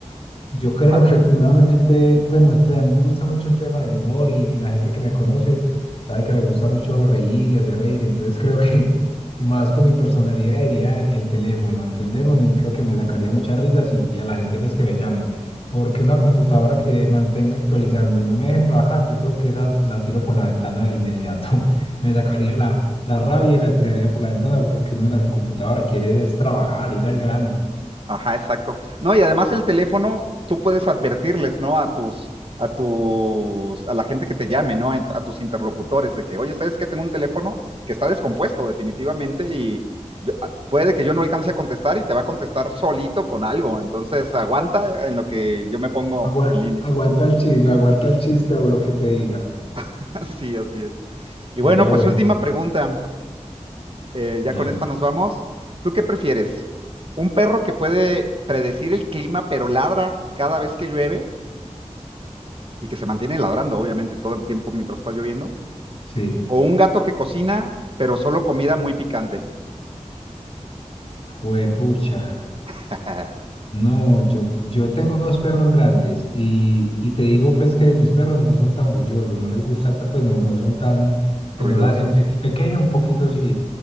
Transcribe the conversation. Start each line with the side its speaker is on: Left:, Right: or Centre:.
Right: <laughs>
Left: Yo creo
Right: malas.
Left: que nuevamente, pues no sé, a mí me gusta mucho el tema del humor y la gente que me conoce sabe que me gusta mucho reír y hacer reír, entonces creo que, y más con mi personalidad, diría el, el teléfono, el teléfono y creo que me sacaría muchas risas y, y a la gente pues que me llame, porque una computadora que mantenga actualizando y no me deje trabajar, yo creo que esa la tiro por la ventana de inmediato, <laughs> me sacaría la, la rabia y la tiraría por la ventana porque uno en la computadora quiere es trabajar, ir al grano.
Right: Ajá, exacto. No, y además el teléfono, tú puedes advertirles, ¿no? A tus, a tus, a la gente que te llame, ¿no? A, a tus interlocutores de que, oye, ¿sabes qué? Tengo un teléfono que está descompuesto definitivamente y yo- a- puede que yo no alcance a contestar y te va a contestar solito con algo. Entonces, aguanta en lo que yo me pongo
Left: Agua-
Right: en línea.
Left: aguanta el chisme, aguanta el chiste o lo que te diga.
Right: <laughs> Sí, así es.
Left: Sería
Right: Y bueno, pues
Left: bueno,
Right: última
Left: sí.
Right: pregunta. Eh, ya
Left: Dale.
Right: con esta nos vamos. ¿Tú qué prefieres? ¿Un perro que puede predecir el clima pero ladra cada vez que llueve? y que se mantiene ladrando, obviamente, todo el tiempo mientras está lloviendo.
Left: Sí.
Right: O un gato que cocina, pero solo comida muy picante.
Left: Juepucha.
Right: <laughs>
Left: No, yo, yo tengo dos perros grandes y, y te digo pues que mis perros no son tan bullosos, no les gusta, ta- pues no, no son tan,
Right: Ruidosos.
Left: pues no, la, el, pe- el pequeño un poquito sí,